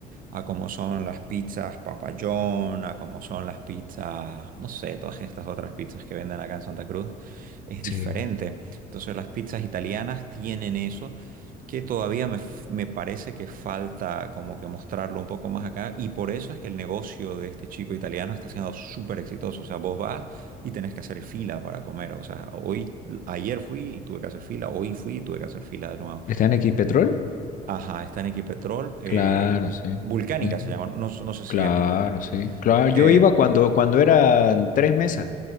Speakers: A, on the right; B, on the left.
A: a cómo son las pizzas papayón, a cómo son las pizzas, no sé, todas estas otras pizzas que venden acá en Santa Cruz, es
B: Sí.
A: diferente. Entonces, las pizzas italianas tienen eso que todavía me, f- me parece que falta como que mostrarlo un poco más acá y por eso es que el negocio de este chico italiano está siendo súper exitoso. O sea, vos vas y tenés que hacer fila para comer. O sea, hoy, ayer fui y tuve que hacer fila, hoy fui y tuve que hacer fila de nuevo.
B: ¿Está en Equipetrol?
A: Ajá, está en Equipetrol, eh,
B: Claro, sí.
A: Vulcánica
B: Ujú.
A: se llama, no, no sé si
B: Claro,
A: has ido.
B: sí. Claro, yo
A: Eh,
B: iba cuando, cuando eran tres mesas.